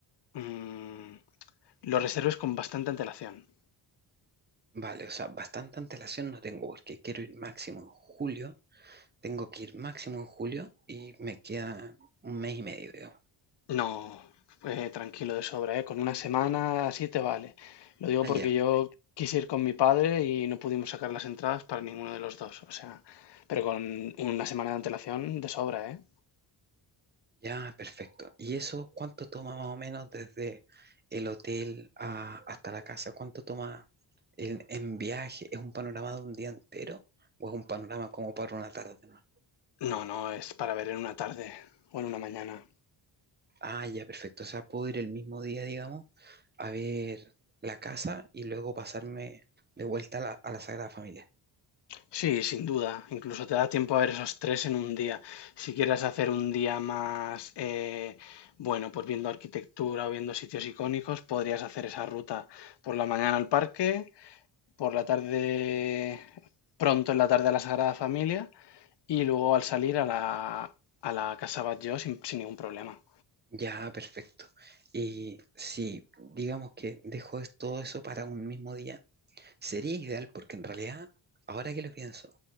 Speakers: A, on the left; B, on the right.
A: Mm, lo reserves con bastante antelación.
B: Vale, o sea, bastante antelación no tengo porque quiero ir máximo en julio. Tengo que ir máximo en julio y me queda un mes y medio, digamos.
A: No, eh, tranquilo de sobra, ¿eh? Con una semana así te vale. Lo digo
B: Ah,
A: porque
B: ya,
A: yo quise ir con mi padre y no pudimos sacar las entradas para ninguno de los dos. O sea, pero con una semana de antelación de sobra, ¿eh?
B: ya, perfecto. ¿Y eso cuánto toma más o menos desde el hotel a- hasta la casa? ¿Cuánto toma en, en viaje? ¿Es un panorama de un día entero o es un panorama como para una tarde? ¿no?
A: No, no, es para ver en una tarde o en una mañana.
B: Ah, ya, perfecto. O sea, puedo ir el mismo día, digamos, a ver la casa y luego pasarme de vuelta a la, a la Sagrada Familia.
A: Sí, sin duda. Incluso te da tiempo a ver esos tres en un día. Si quieres hacer un día más, eh, bueno, pues viendo arquitectura o viendo sitios icónicos, podrías hacer esa ruta por la mañana al parque, por la tarde, pronto en la tarde a la Sagrada Familia y luego al salir a la, a la Casa Batlló sin, sin ningún problema.
B: Ya, perfecto. Y si digamos que dejo es- todo eso para un mismo día, sería ideal porque en realidad, ahora que lo pienso,